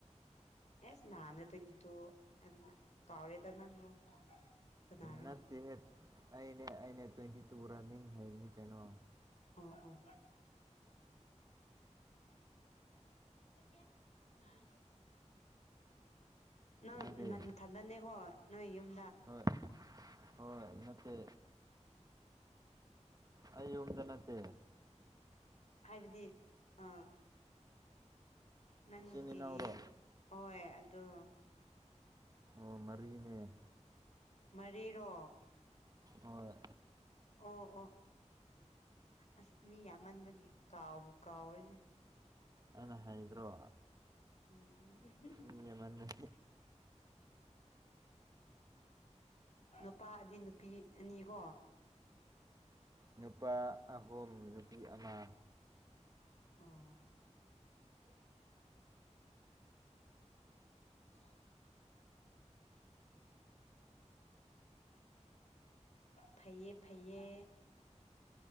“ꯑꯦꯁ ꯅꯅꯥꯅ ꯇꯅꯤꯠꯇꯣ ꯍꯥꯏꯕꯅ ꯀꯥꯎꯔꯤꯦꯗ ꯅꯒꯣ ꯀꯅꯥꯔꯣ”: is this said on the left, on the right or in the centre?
Left